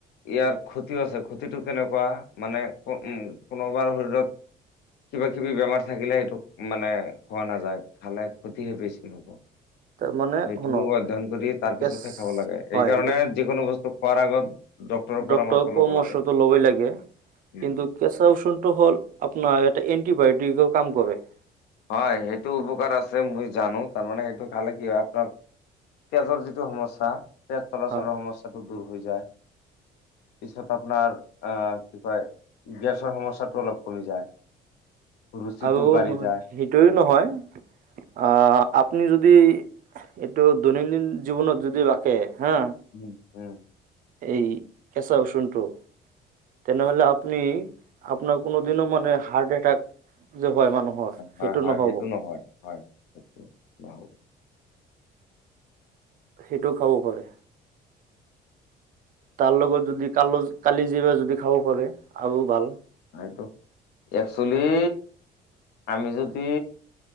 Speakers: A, on the left; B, on the right.
A: ইয়াৰ ক্ষতিও আছে ক্ষতিটো কেনেকুৱা মানে উম পুনৰবাৰ শৰীৰত
B: <inaudible>
A: কিবা কিবি বেমাৰ থাকিলে সেইটো মানে খোৱা নাযায়। খালে ক্ষতিহে বেছি হব।
B: তাৰমানে
A: সেইটো
B: শুনক
A: অধ্যয়ন কৰি তাৰ
B: কেচ
A: পিছতহে খাব লাগে।
B: হয়
A: এইকাৰণে যিকোনো বস্তু মুখৰ আগত ডক্তৰৰ
B: ডক্তৰ
A: পৰামৰ্শ ল'ব
B: পৰমৰ্শটো
A: লাগে
B: ল'বই লাগে।
A: উম
B: কিন্তু কেঁচা উষুণটো হল আপোনাৰ এটা এন্টিবায়টিক কাম কৰে।
A: হয় সেইটো উপকাৰ আছে মই জানো তাৰমানে সেইটো খালে কি হয় আপোনাৰ তেজৰ যিটো সমস্যা তেজ চলাচলৰ
B: হয়
A: সমস্যাটো দূৰ হৈ যায়। পিছত আপোনাৰ আহ কি কয় গেছৰ সমস্যাটো অলপ কমি যায়। ৰুচিটো
B: আৰু
A: বাঢ়ি
B: নহয়
A: যায়
B: সেইটোয়ে নহয়। অ আপুনি যদি এইটো দৈনন্দিন জীৱনত যদি ৰাখে। হা।
A: উম উম।
B: এই কেঁচা ৰচুনটো তেনেহলে আপুনি আপোনাৰ কোনো দিনো মানে হাৰ্ট এটেক যে হয় মানুহৰ
A: হয়
B: সেইটো
A: হয়
B: নহব।
A: নহয় হয় সেইটো নহ'ব
B: সেইটোও খাব পাৰে। তাৰ লগত যদি কাল কালি যি বা যদি খাব পাৰে আৰু ভাল।
A: সেইটো একচুৱেলি আমি যদি